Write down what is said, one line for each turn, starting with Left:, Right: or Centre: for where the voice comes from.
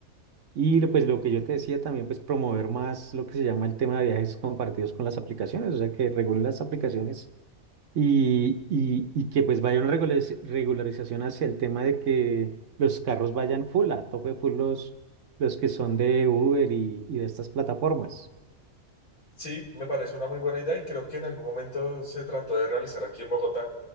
Right: Y lo- pues lo que yo te decía también, pues promover más lo que se llama el tema de viajes compartidos con las aplicaciones, o sea, que regulen las aplicaciones y, y, y que pues vaya una regulariz- regularización hacia el tema de que los carros vayan full, a tope full los, los que son de Uber y, y de estas plataformas.
Left: Sí, me parece una muy buena idea y creo que en algún momento se trató de realizar aquí en Bogotá,